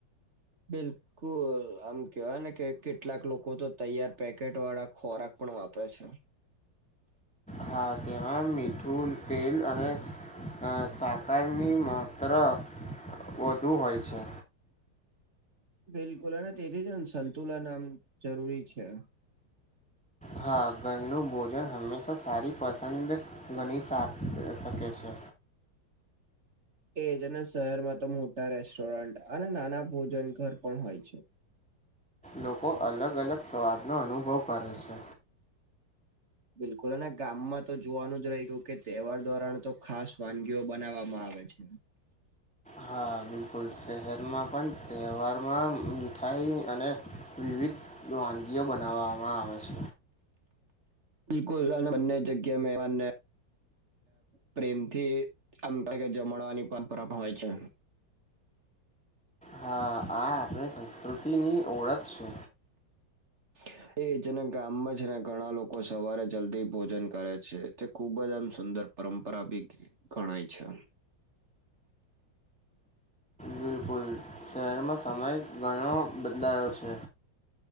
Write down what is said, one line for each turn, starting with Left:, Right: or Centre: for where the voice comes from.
Right: બિલકુલ આમ કેવા ને કે કેટલાક લોકો તો તૈયાર પેકેટ વાળા ખોરાક પણ વાપરે છે
Centre: હા તેમાં મીઠું તેલ અને. સાકારની માત્ર વધુ હોય છે.
Right: બિલકુલ અને તેથી જ સંતુલન આમ જરૂરી છે
Centre: હા ઘરનું ભોજન હંમેશા સારી પસંદ ગણી શ શકે છે
Right: એજ અને શહેરમાં તો મોટા રેસ્ટોરન્ટ અને નાના ભોજન ઘર પણ હોય છે.
Centre: લોકો અલગ અલગ સ્વાદનોો અનુભવ કરે છે.
Right: બિલકુલ અને ગામમાં તો જોવાનું જ રહી ગયું કે તહેવાર દ્વારાણ તો ખાસ વાનગીઓ બનાવવામાં આવે છે.
Centre: હા બિલકુલ શહેરમાં પણ તહેવારમાં મીઠાઈ અને વિવિધ એ વાનગીઓ બનાવવામાં આવે છે.
Right: બિલકુલ બને જગ્યા મે પ્રેમથી આમ થાય કે જમણવાની પરંપરા પણ હોય છે.
Centre: હા આ આપણી સંસ્કૃતિની ઓળખ છે.
Right: <inaudible> એ જેના ગામમાં છે ને ઘણા લોકો સવારે જલ્દી ભોજન કરે છે તે ખુબ જ આમ સુંદર પરંપરા બી ગણાય છે.
Centre: બિલકુલ શહેરમાં સમય ઘણો બદલાયો છે.